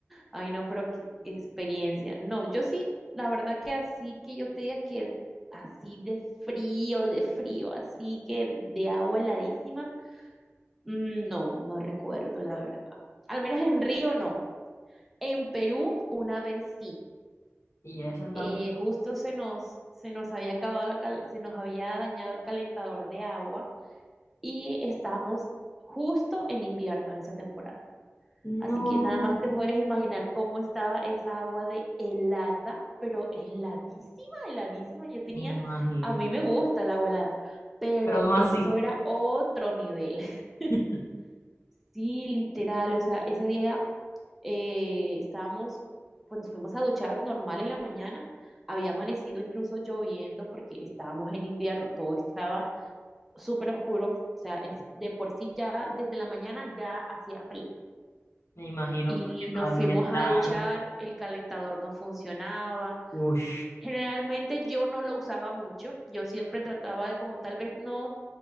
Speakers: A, in the centre; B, on the left (about 70°).
A: Ay, no, pero qué experiencia. No, yo sí, la verdad que así que yo te diga que así de frío, de frío, así que de agua heladísima, mm, no, no recuerdo, la verdad. Al menos en Río no. En Perú, una vez sí.
B: Y eso entonces,
A: eh, justo se nos, se nos había acabado la cal- se nos había dañado el calentador de agua y estamos justo en invierno en esa temporada.
B: no,
A: Así que nada más te puedes imaginar cómo estaba esa agua de helada, pero heladísima, heladísima. Yo tenía,
B: me imagino,
A: a mí me gusta el agua helada, pero
B: pero no
A: eso
B: así.
A: era otro nivel. <laughs>
B: <laughs>
A: Sí, literal, o sea, ese día eh, estábamos, pues nos fuimos a duchar normal en la mañana. Había amanecido incluso lloviendo porque estábamos en invierno, todo estaba súper oscuro. O sea, es- de por sí ya desde la mañana ya hacía frío.
B: Me imagino
A: Y
B: porque
A: nos
B: todavía
A: fuimos
B: está.
A: a duchar, el calentador no funcionaba.
B: uff
A: Generalmente yo no lo usaba mucho, yo siempre trataba de como tal vez no